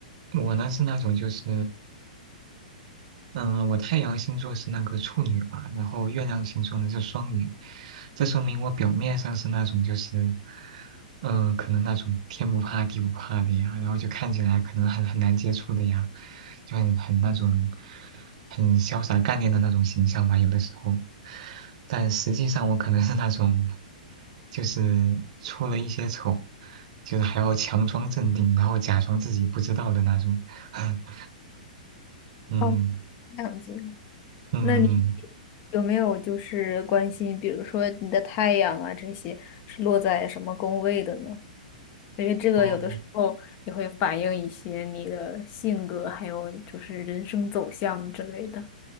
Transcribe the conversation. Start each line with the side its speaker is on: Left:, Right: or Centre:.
Right: 我呢是那种就是。嗯，我太阳星座是那个处女吧，然后月亮星座呢是双鱼，这说明我表面上是那种就是，嗯，可能那种天不怕地不怕的呀，然后就看起来可能很很难接触的呀，就很很那种很潇洒干练的那种形象吧，有的时候，但实际上我可能是那种，就是出了一些丑，就是还要强装镇定，然后假装自己不知道的那种，<laughs> 嗯嗯。
Left: 哦，这样子。
Right: 嗯
Left: 那你有没有就是关心，比如说你的太阳啊这些是落在什么宫位的呢？因为这个有的时候也会反映一些你的性格，
Right: 哦
Left: 还有就是人生走向之类的。